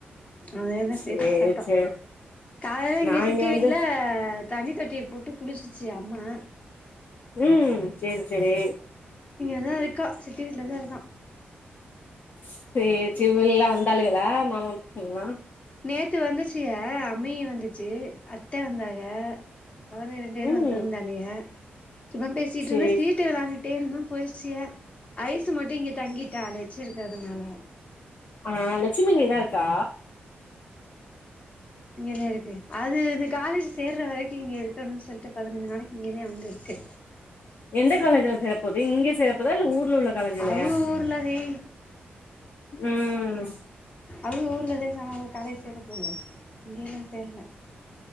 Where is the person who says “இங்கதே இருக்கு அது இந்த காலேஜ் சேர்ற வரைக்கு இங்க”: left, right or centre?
Left